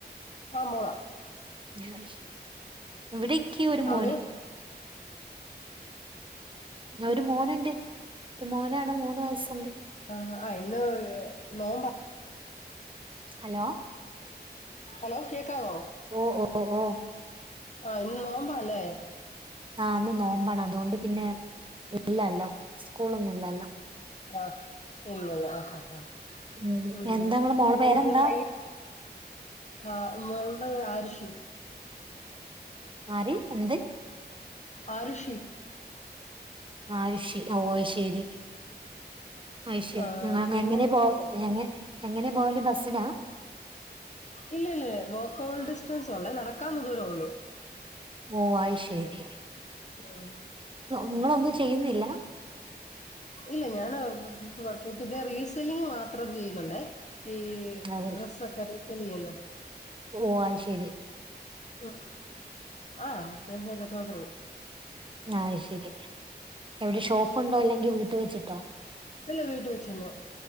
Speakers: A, on the left; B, on the right.
A: ആഹ് മോള
B: ആഹ് ശരി ഇവിടെ ക്ക് ഒരു മോന്
A: അവിടെയോ
B: ഒരു മോനുണ്ട് ഒരു മോനാണ് മൂന്ന് വയസ്സുണ്ട്.
A: ആഹ് ഇന്ന് നോമ്പ.
B: ഹലോ
A: ഹലോ കേക്കാവോ
B: ഓ ഓ ഓഹ്
A: ആഹ് ഇന്ന് നോമ്പ അല്ലേ
B: ആഹ് ഇന്ന് നോബാണ് അതുകൊണ്ട് പിന്നെ ഇല്ലല്ലോ സ്കൂളൊന്നുംല്ലല്ലോ
A: ആഹ് ഇല്ലല്ല ആഹഹ ആഹ
B: ഉം
A: ആ
B: എന്താ നിങ്ങളെ മോളെ പേരെന്താ
A: അ എന്താ ഭയ ആ മോളുടെ പേര് ആരിഷി
B: മാര് എന്ത്
A: ആർഷി
B: ആഹശി ഓ ശരി അയ് ശരി
A: ആ പിന്നെ
B: എങ്ങനെ പോ എ എങ്ങനെ പോല് ബസിനാ
A: ഇല്ല ഇല്ല വോക്കൾഡ് ഡിസ്റ്റൻസ ഉള്ളേ നടക്കാന്ന് ദൂര ഉള്ളു
B: ഓ ആയി ശരി
A: ആഹ
B: നിങ്ങളൊന്നും ചെയ്യുന്നില്ല
A: ഇല്ല ഞൻ പിന്നെ റീസെല്ലിങ് മാത്രം ചെയ്യുന്നുണ്ട് ഈ
B: അതെ
A: ഡ്രസ് ഒക്കെ റീസല്ലിങ് ചെയ്യുന്നേ
B: ഓ അ ശരി
A: ഉ ആഹ് ബിസിനെസ് അതിനകത്തു മാത്രോള്ളു
B: ആഹ ശരി എവിടെ ഷോപ്പ്ണ്ടോ അല്ലെങ്കിൽ വീട്ട് വെച്ചിട്ടോ
A: ഇല്ല വീട്ട വെച്ചെന്നെ